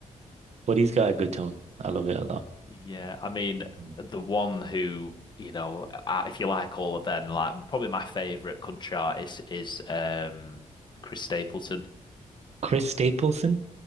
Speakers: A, on the right; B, on the left.
A: But he's got a good tone. I love it a lot.
B: yeah. I mean,
A: Mm.
B: the one who you know, uh, if you like all of them, like probably my favorite country artist is um Chris Stapleton.
A: Chris Stapleton